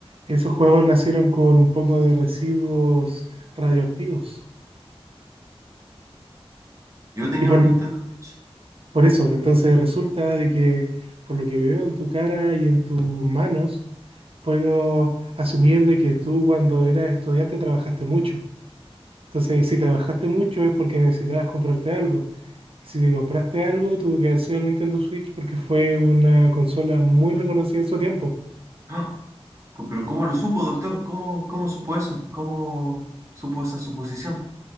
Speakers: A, on the right (about 65°); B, on the right (about 30°).
A: esos juegos nacieron con un poco de residuos radioactivos.
B: Yo tenía
A: Y por,
B: una Nintendo Switch.
A: por eso, entonces resulta de que por lo que veo en tu cara y en tus manos, puedo asumir de que tú cuando eras estudiante trabajaste mucho. Entonces, si trabajaste mucho es porque necesitabas comprarte algo. Y si te compraste algo, tuvo que haber sido el Nintendo Switch porque fue una consola muy reconocida en su tiempo.
B: ¡Ah! Co- Pero ¿cómo lo supo, doctor? ¿Cómo, cómo supo eso? ¿Cómo supo esa suposición?